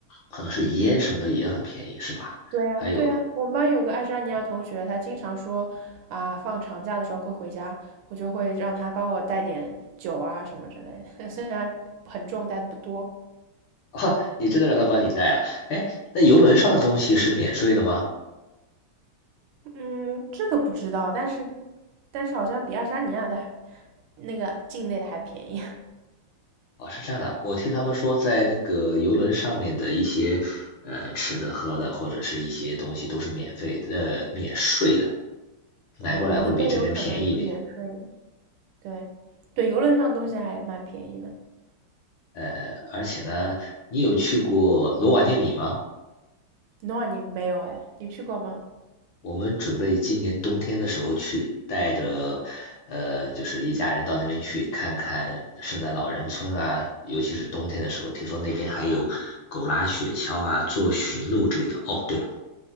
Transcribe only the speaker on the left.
可能是烟什么的也很便宜，是吧？
还有，
啊，你真的让他帮你带了？哎，那游轮上的东西是免税的吗？
哦，是这样的，我听他们说，在那个游轮上面的一些呃吃的、喝的，或者是一些东西都是免费的、呃免税的，
买过来会比这边便宜一点。
呃，而且呢，你有去过罗瓦涅米吗？
我们准备今年冬天的时候去，带着呃，就是一家人到那边去看看圣诞老人村啊，尤其是冬天的时候，听说那边还有狗拉雪橇啊、做驯鹿之类的。哦，对了，